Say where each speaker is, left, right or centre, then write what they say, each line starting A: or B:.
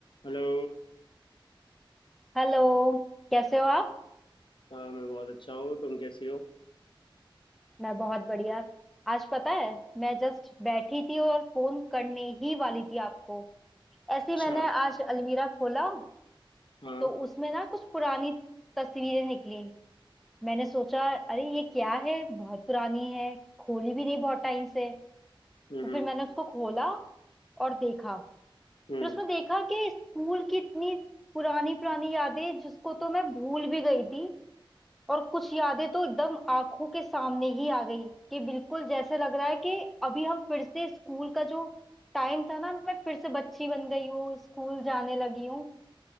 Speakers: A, on the left; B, in the centre.
A: हेलो
B: Hello कैसे हो आप
A: हाँ मैं बहुत अच्छा हूँ तुम कैसी हो
B: मैं बहुत बढ़िया आज पता है मैं जस्ट बैठी थी और फोन करने ही वाली थी आपको ऐसे
A: अच्छा
B: ही मैंने आज अलमीरा खोला
A: हाँ
B: तो उसमें ना कुछ पुरानी तस्वीरें निकली मैंने सोचा अरे ये क्या है बहुत पुरानी है खोली भी नहीं बहुत टाइम से
A: हम्म
B: तो फिर
A: हम्म
B: मैंने उसको खोला और देखा
A: हम्म,
B: फिर उसमें देखा कि स्कूल की इतनी पुरानी पुरानी यादें जिसको तो मैं भूल भी गई थी और कुछ यादें तो एकदम आंखों के सामने ही आ गई कि बिल्कुल जैसे लग रहा है कि अभी हम फिर से स्कूल का जो टाइम था ना मैं फिर से बच्ची बन गई हूँ स्कूल जाने लगी हूँ